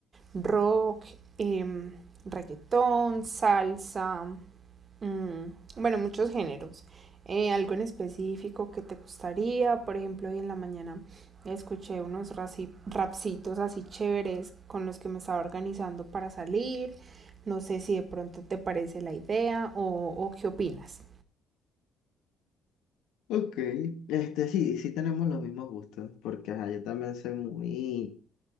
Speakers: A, on the right; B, on the left.
A: rock, em, reggaetón, salsa, Mm, bueno, muchos géneros. Eh, algo en específico que te gustaría, por ejemplo, hoy en la mañana escuché unos raci- rapsitos así chéveres con los que me estaba organizando para salir. No sé si de pronto te parece la idea o, o qué opinas.
B: Ok, este sí, sí tenemos los mismos gustos, porque ajá, yo también soy muy,